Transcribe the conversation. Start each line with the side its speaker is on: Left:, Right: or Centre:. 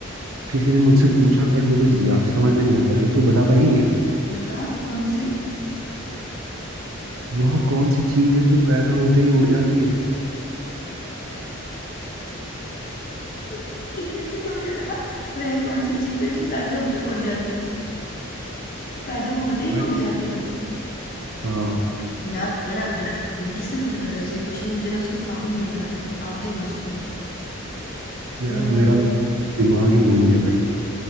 Right: किसी ने मुझसे पूछा बट मेरे को या, समझ में नहीं आ पा रही तू बता पाई क्या
Left: बता कौन सी
Right: वह कौन सी चीज है जो पैदा होते ही उड़ जाती है
Left: <laughs> इतनी अच्छी क्वेश्चन है ना वह कौन सी चीज है जो पैदा होते उड़ जाती है पैदा होते ही
Right: भाई
Left: उड़ जाती है
Right: हाँ
Left: यार बड़ा मतलब किसने पूछा था तेरे से ये क्वेश्चन मुझे जरा उसको सामने लेकर आ जा बताती हूँ मैं उसको
Right: यार
Left: अम्म,
Right: मेरा दिमाग ही घूम गया भाई